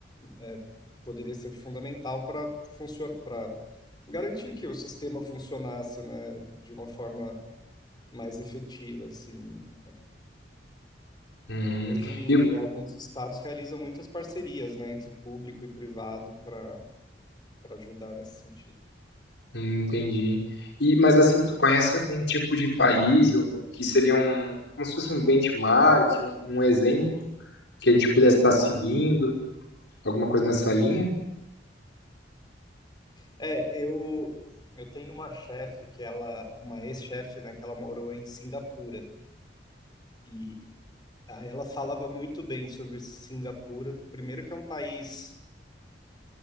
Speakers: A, on the left; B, on the left.
A: eh, poderia ser fundamental para para garantir que o sistema funcionasse, né, de uma forma mais efetiva, assim.
B: Hum,
A: Hoje,
B: eu,
A: alguns estados realizam muitas parcerias, né, entre público e privado para para ajudar nesse sentido.
B: hum, entendi. E, mas assim, tu conhece algum tipo de país um- um, que seria um, como se fosse um benchmark, um, um exemplo que a gente pudesse estar seguindo, alguma coisa nessa linha?
A: É, eu eu tenho uma chefe que ela, uma ex-chefe, né, que ela morou em Singapura e aí ela falava muito bem sobre Singapura. Primeiro que é um país